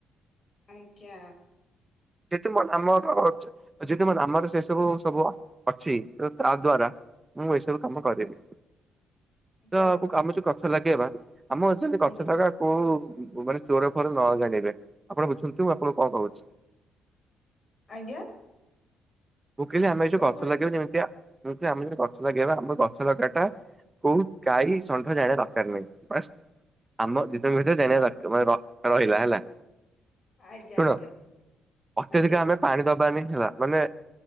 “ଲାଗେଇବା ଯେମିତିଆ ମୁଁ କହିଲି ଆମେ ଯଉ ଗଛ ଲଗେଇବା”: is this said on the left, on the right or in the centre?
Right